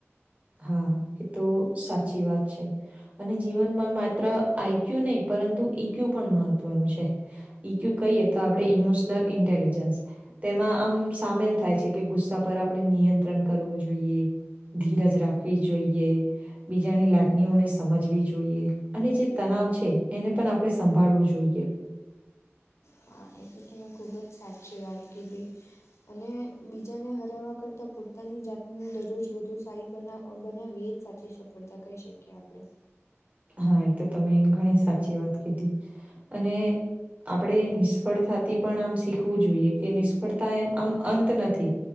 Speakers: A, on the right; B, on the left.
A: હા એ તો સાચી વાત છે, અને જીવનમાં મા ત્ર આઈક્ય્યું નઈ પરંતુ ઈક્યુ પણ મહત્વનું છે. ઈક્યુ કહીએ તો આપડે ઈમોશનલ ઇન્ટેલિજન્સ તેમાં આમ સામેલ થાય છે, કે ગુસ્સા પર આપડે નિયંત્રણ કરવું જોઈએ ધીરજ રા ખવી જોઇએ. બીજાની લાગણીઓને સમજવી જોઈએ અને જે તનાવ છે, એને પણ આપણે સંભાળવું જોઈએ.
B: હા એ તો તમે ખૂબ જ સાચી વાત કીધી અને બીજાને હરાવવા કરતાં પોતાની જાતને દરરોજ વધુ સારી બનાવ અ બનાવીએ સાચી સફળતા કઈ શકીએ આપડે
A: હા એ તો તમે ઘણી સાચી વાત કીધી અને આપડે નિષ્ફળતાથી પણ આમ શીખવું જોઈએ કે નિષ્ફળતા એમ આમ અંત નથી